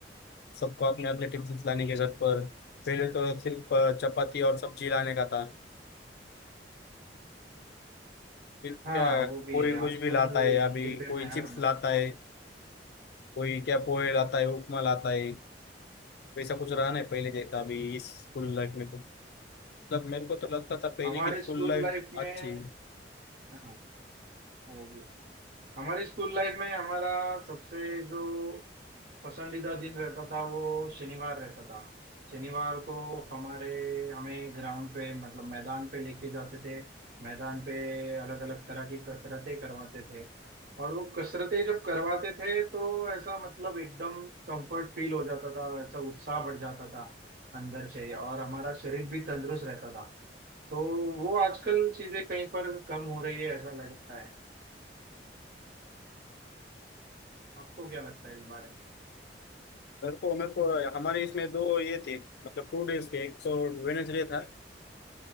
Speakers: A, on the left; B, on the right.
A: सबको अपने अपने टिफिन लाने के घर पर पहले तो सिर्फ अ, चपाती और सब्जी लाने का था फिर
B: हाँ
A: क्या
B: वो
A: कोई
B: भी है आजकल
A: कुछ भी लाता है अभी
B: डिब्बे
A: कोई
B: में
A: चिप्स
B: हर ना।
A: लाता है कोई क्या पोहे लाता है उपमा लाता है वैसा कुछ रहा नहीं पहले जैसा अभी इस स्कूल लाइफ में तो मतलब मेरे को तो लगता था पहले
B: हमारे
A: की स्कूल
B: स्कूल
A: लाइफ
B: लाइफ में
A: अच्छी है।
B: हाँ वो भी हमारी स्कूल लाइफ में हमारा सबसे जो पसंदीदा दिन रहता था वो शनिवार रहता था शनिवार को हमारे हमें ग्राउंड पे मतलब मैदान पे लेके जाते थे मैदान पे अलग अलग तरह की कसरतें करवाते थे और वो कसरतें जब करवाते थे तो ऐसा मतलब एकदम कंफर्ट फील हो जाता था ऐसा उत्साह बढ़ जाता था अंदर से और हमारा शरीर भी तंदुरुस्त रहता था तो वो आजकल चीजें कहीं पर कम हो रही है ऐसा लगता है आपको क्या लगता है इस बारे में
A: मेरे को मेरे को हमारे इसमें दो ये थे मतलब टू डेज थे एक तो वेनेसडे था